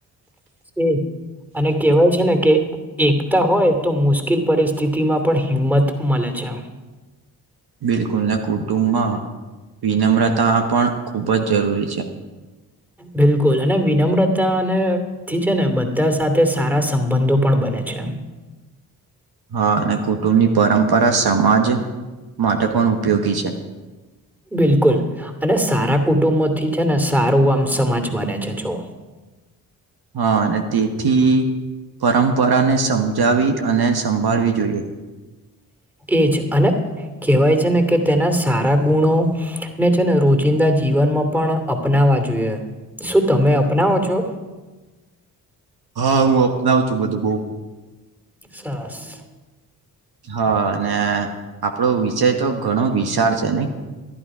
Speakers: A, in the centre; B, on the right (about 55°).
A: એજ અને કેહેવાય છે, ને કે એકતા હોય તો મુશ્કેલ પરિસ્થિતિ માં પણ હિંમત મળે છે,
B: બિલકુલ નાને કુટુંબમાં વિનમ્રતા પણ ખૂબ જ જરૂરી છે. <inaudible>
A: બિલકુલ અને વિનમ્રતા અને થીી છે ને બધા સાથે સારા સંબંધો પણ બને છે
B: હા અને કુટુંબની પરંપરા સમાજ માટે પણ ઉપયોગી છે.
A: બિલકુલ અને સારા કુટુંબોથી છે ને સારું આમ સમાજ બને છે જઓ
B: હા અને તેથી પરંપરાને સમજાવી અને સંભાળવી જોઈએ.
A: એજ અને કેહેવાય છે ને કે તેના સારા ગુણો ને છે ને રોજિંદા જીવનમાં પણ અપનાવા જોઈએ શું તમે અપનાવો છો?
B: હા હું અપનાવ છું બધું બઉ.
A: સરસ.
B: હા અને આપણો વિષય તો ઘણો વિશાળ છે ને <inaudible>